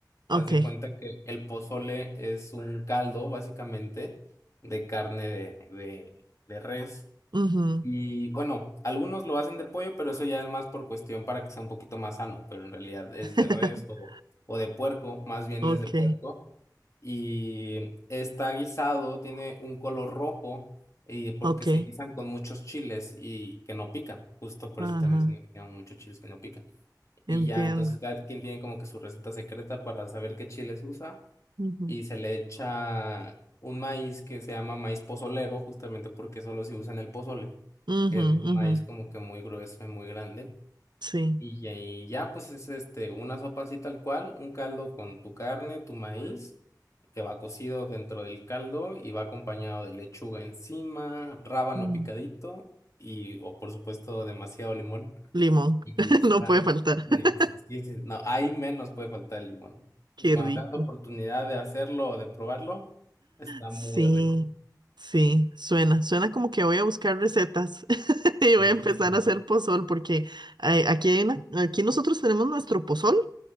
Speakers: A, on the right (about 85°); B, on the left (about 45°).
A: Ok.
B: Haz de cuenta que el pozole es un caldo, básicamente, de carne de, de, de res.
A: Ujú.
B: Y bueno, algunos lo hacen de pollo, pero eso ya es más por cuestión para que sea un poquito más sano, pero en realidad es
A: <laughs>
B: de res o, o de puerco, más bien
A: Ok,
B: es de puerco. Y está guisado, tiene un color rojo, y porque
A: ok,
B: se guisan con muchos chiles y que no pican. Justo por
A: ajá,
B: eso te mencioné que tienen muchos chiles que no pican. Y
A: entiendo.
B: ya entonces cada quien tiene como que su receta secreta para saber qué chiles usa
A: Ujú,
B: y se le echa un maíz que se llama maíz pozolero, justamente porque solo se usa en el pozole,
A: ujú,
B: que es un
A: ujú,
B: maíz como que muy grueso y muy grande.
A: Sí,
B: Y ya, y ya, pues es este, una sopa así tal cual, un caldo con tu carne, tu maíz, que va cocido dentro del caldo y va acompañado de lechuga encima, rábano
A: mm,
B: picadito y, o por supuesto, demasiado limón.
A: limón,
B: Y
A: <laughs>
B: está
A: no puede faltar.
B: riquísimo.
A: <laughs>
B: Sí, sí, No, ahí menos puede faltar el limón.
A: Qué
B: Cuando
A: rico.
B: tengas la oportunidad de hacerlo o de probarlo, está
A: Sí,
B: muy rico.
A: sí, suena, suena como que voy a buscar recetas <laughs> y voy
B: Sí,
A: a empezar
B: que sí.
A: a hacer pozol porque eh, aquí hay una- aquí nosotros tenemos nuestro pozol,